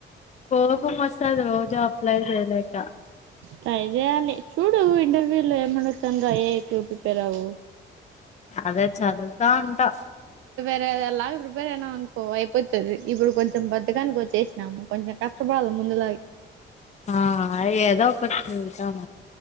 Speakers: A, on the left; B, on the right.
A: కోపం వస్తాది రోజు అప్లై చేయలేక
B: ట్రై చేయాలి చూడు ఇంటర్వ్యూ లో ఏమడుగుతుందో ఏటు ప్రిపేర్ అవ్వు
A: అదే చదువుతా ఉంటా
B: దే అలాగ ప్రిపేర్ అయినా అనుకో అయిపోతది ఇప్పుడు కొంచెం బద్దగానికి వచ్చే నాము కొంచెం కష్టపడాల ముందులా
A: ఆ అయి ఎదో ఒకటి తింటాం